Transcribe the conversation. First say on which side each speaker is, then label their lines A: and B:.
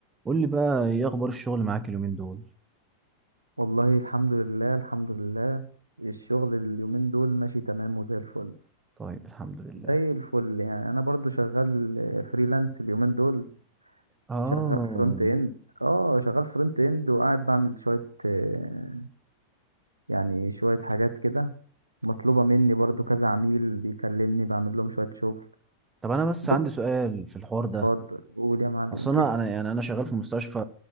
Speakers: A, on the right; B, on the right.
A: قُل لي بقى إيه أخبار الشغل معاك اليومين دول؟
B: والله الحمد لله، الحمد لله. الشغل اليومين دول ماشي تمام وزي الفل،
A: طيب الحمد لله.
B: زي الفل يعني أنا برضه شغال freelance اليومين دول،
A: آه،
B: شغال front end آه، شغال front end وقاعد باعمل شوية آه، يعني شوية حاجات كده، مطلوبة مني برضه كذا عميل بيكلمني باعمل لهم شوية شغل.
A: طب أنا بس
B: بُص
A: عندي سؤال في الحوار ده،
B: اتفضل، قُل يا معلم
A: أصل أنا
B: اسأل.
A: أنا يعني أنا شغال في مستشفى